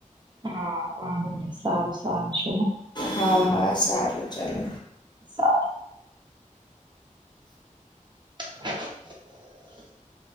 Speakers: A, on the right (about 35°); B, on the left (about 35°).
A: હા વાંધ ન સારું સારું છે.
B: હા હા સારું ચલો.
A: સાર <inaudible> <inaudible>